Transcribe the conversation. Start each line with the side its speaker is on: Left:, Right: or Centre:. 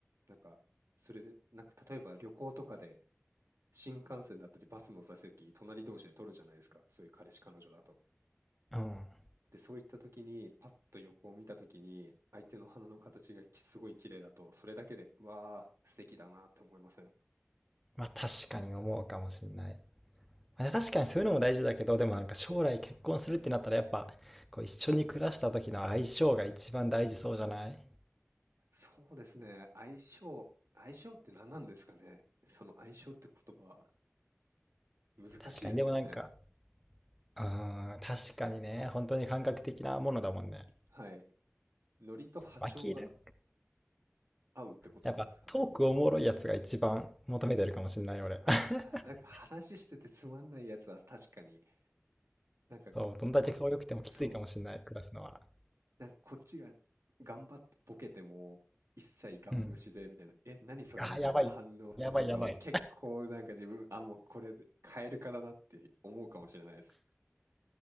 Right: なんかそれで、なんか例えば旅行とかで新幹線だったりバスの座席隣同士で取るじゃないですか、そういう彼氏彼女だと。
Centre: うん。
Right: で、そういった時にパッと横を見た時に相手の鼻の形がきすごい綺麗だと、それだけで、うわー素敵だなって思いません
Centre: まあ確かに思うかもしんない。まあ確かにそういうのも大事だけど、でもなんか将来結婚するってなったらやっぱ、こう一緒に暮らした時の相性が一番大事そうじゃない
Right: そうですね。相性、相性って何なんですかね。その相性って言葉、難しいですよね。
Centre: 確かに、でもなんか、うん、確かにね、本当に感覚的なものだもんね。
Right: はい。ノリと波長が
Centre: 脇で、
Right: 合うってことなんですかね。
Centre: やっぱトークおもろいやつが一番求めてるかもしんない、俺。
Right: あーなんか話しててつまんないやつは確かに、
Centre: <laughs>
Right: なんかこ、
Centre: そう、どんだけ顔良くてもきついかもしんない、
Right: そ
Centre: 暮らすのは。
Right: う、なんかこっちが頑張ってボケても、一切ガン無視でみたいな、
Centre: うん。
Right: え、何それみたいな反応されると、
Centre: あ、やばい。やばい、やばい。
Right: 結構なんか自分、あ、もうこれで変えるかだなって思うかもしれないです。